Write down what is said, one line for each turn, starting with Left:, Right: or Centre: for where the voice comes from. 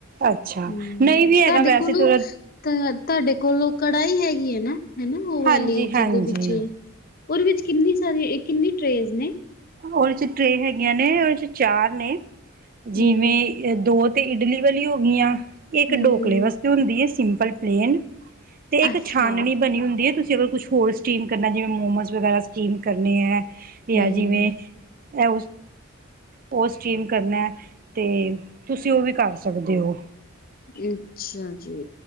Right: ਅੱਛਾ
Left: ਹੂੰ,
Right: ਨਹੀਂ ਵੀ ਹੈਗਾ
Left: ਤੁਹਾਡੇ
Right: ਵੈਸੇ
Left: ਕੋਲੋਂ
Right: ਤੇ
Left: ਤਾਂ ਤੁਹਾਡੇ ਕੋਲ ਕੜਾਹੀ ਹੈਗੀ ਹੈ ਨਾ, ਹੈ ਨਾ ਉਹ ਵਾਲੀ
Right: ਹਾਂਜੀ
Left: ਜਿਹਦੇ
Right: ਹਾਂਜੀ
Left: ਵਿੱਚ ਓਦੇ ਵਿੱਚ ਕਿੰਨੀ ਸਾਰੀ, ਏ ਕਿੰਨੀ ਟਰੇਜ਼ ਨੇ
Right: ਓਦੇ ਚ ਟਰੇਅ ਹੈਗੀਆਂ ਨੇ, ਓਦੇ ਚ ਚਾਰ ਨੇ
Left: ਹੂੰ
Right: ਜਿਵੇਂ ਦੋ ਤੇ ਇਡਲੀ ਵਾਲੀਆਂ ਹੋ ਗਈਆਂ। ਇੱਕ
Left: ਹੂੰ
Right: ਡੋਕਲੇ ਵਾਸਤੇ ਹੁੰਦੀ ਏ ਸਿੰਪਲ ਪਲੇਨ ਤੇ ਇੱਕ
Left: ਅੱਛਾ
Right: ਛਾਨਣੀ ਬਣੀ ਹੁੰਦੀ ਏ ਤੁਸੀਂ ਓ ਕੁੱਛ ਹੋੋਰ ਸਟੀਮ ਕਰਨਾ। ਜਿਵੇਂ ਮੋਮੋਸ ਵਗੈਰਾ ਸਟੀਮ ਕਰਨੇ ਆ ਯਾਂ
Left: ਹੂੰ
Right: ਜਿਵੇਂ- ਐ ਓ ਸਟੀਮ ਕਰਨਾ ਤੇ ਤੁਸੀਂ ਓ ਵੀ ਕਰ ਸਕਦੇ ਓ।
Left: ਅੱਛਾ ਜੀ